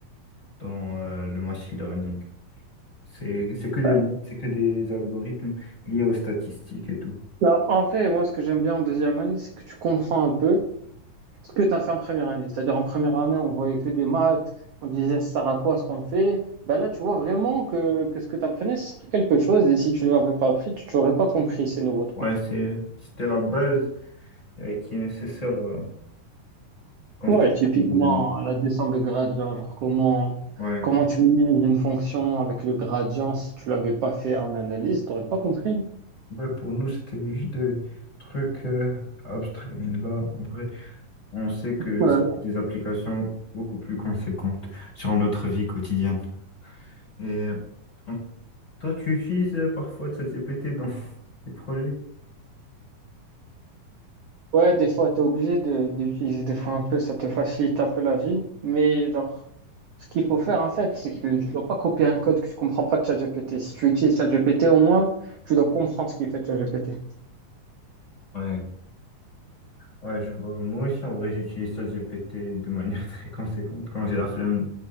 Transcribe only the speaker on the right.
Bah,
Alors en vrai, moi, ce que j'aime bien en deuxième année, c'est que tu comprends un peu ce que tu as fait en première année. C'est-à-dire, en première année, on voyait que des maths, on disait ça sert à quoi ce qu'on fait. Bah là, tu vois vraiment que, que ce que tu apprenais, ça sert à quelque chose, et si tu l'avais pas appris, tu n'aurais pas compris ces nouveaux trucs.
Ouais, typiquement,
la descente de gradient, genre comment,
comment tu minimises une fonction avec le gradient si tu l'avais pas fait en analyse, t'aurais pas compris.
Ouais,
Ouais, des fois, tu es obligé de, d'utiliser des fois un peu, ça te facilite un peu la vie. Mais genre, ce qu'il faut faire en fait, c'est que tu dois pas copier un code que tu comprends pas de ChatGPT. Si tu utilises ChatGPT, au moins, tu dois comprendre ce qu'il fait de ChatGPT.